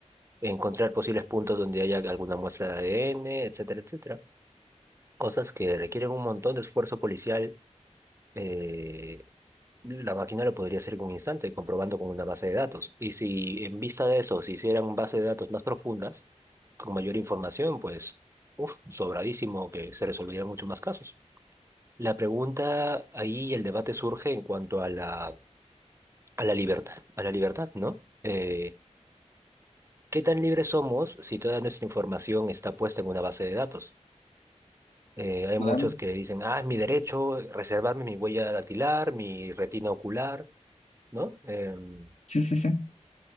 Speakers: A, on the right; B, on the left.
A: encontrar posibles puntos donde haya alguna muestra de ADN, etcétera, etcétera. Cosas que requieren un montón de esfuerzo policial, eh, la máquina lo podría hacer en un instante, comprobando con una base de datos. Y si en vista de eso se hicieran base de datos más profundas, con mayor información, pues, uf, sobradísimo que se resolverían muchos más casos. La pregunta ahí, el debate surge en cuanto a la, a la libertad, a la libertad, ¿no? Eh, ¿qué tan libres somos si toda nuestra información está puesta en una base de datos? Eh, hay
B: Claro,
A: muchos que dicen, ah, es mi derecho reservarme mi huella dactilar, mi retina ocular, ¿no? Em,
B: sí, sí, sí.